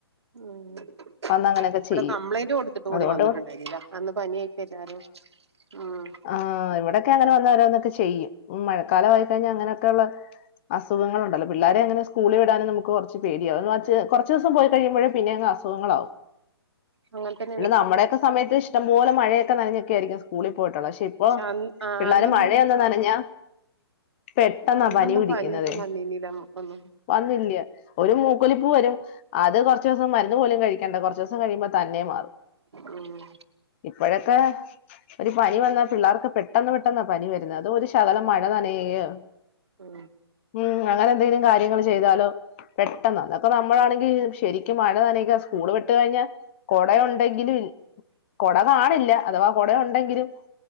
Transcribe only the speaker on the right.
ഉം
ഇവിടെ
കംപ്ലൈന്റ് കൊടുത്തിട്ടും കൂടി
വന്നിട്ടുണ്ടായിരില്ല അന്ന് പനിയായിട്ട് എല്ലാരും ഉം
അങ്ങനെ തന്നെയാണ്
അന്ന് ആ
അന്നൊന്നും
അന്നൊന്നും
പനിയൊന്നും വന്നീന്നില്ല നമ്മുക്കൊന്നും
ഉം
ഉം